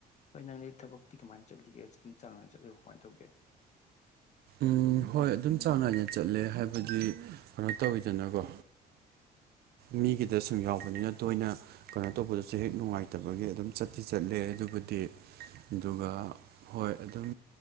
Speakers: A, on the left (about 45°); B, on the right (about 70°).
A: ꯍꯣꯏ ꯅꯪꯗꯤ ꯊꯕꯛꯇꯤ ꯀꯃꯥꯏꯅ ꯆꯠꯂꯤꯒꯦ ꯆꯥꯡ ꯅꯥꯏꯅ ꯆꯠꯂꯤꯕꯣ ꯀꯃꯥꯏꯅ ꯇꯧꯒꯦ
B: ꯎꯝ ꯍꯣꯏ ꯑꯗꯨꯝ ꯆꯥꯡ ꯅꯥꯏꯅ ꯆꯠꯂꯦ ꯍꯥꯏꯕꯗꯤ ꯀꯩꯅꯣ ꯇꯧꯋꯤꯗꯅꯀꯣ ꯃꯤꯒꯤꯗ ꯁꯨꯝ ꯌꯥꯎꯕꯅꯤꯅ ꯇꯣꯏꯅ ꯀꯩꯅꯣ ꯇꯧꯕꯗꯁꯨ ꯍꯦꯛ ꯅꯨꯡꯉꯥꯏꯇꯕꯒꯤ ꯑꯗꯨꯝ ꯆꯠꯇꯤ ꯆꯠꯂꯦ ꯑꯗꯨꯕꯨꯗꯤ ꯑꯗꯨꯒ ꯍꯣꯏ ꯑꯗꯨꯝ